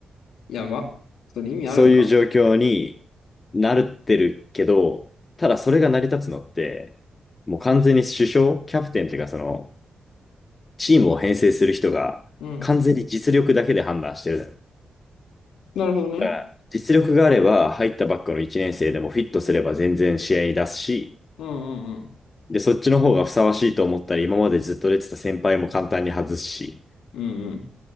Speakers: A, on the left (about 80°); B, on the left (about 40°).
A: やば。それ意味あるんか。
B: そういう状況になってるけど、ただそれが成り立つのって、もう完全に主将、キャプテンっていうかその、チームを編成する人が完全に実力だけで判断してる
A: うん。なるほどね。
B: だから実力があれば、入ったばっかの1年生でもフィットすれば全然試合に出すし、
A: うんうん
B: で、そっちの方がふさわしいと思ったら今までずっと出てた先輩も簡単に外すし、
A: うん。うんうん。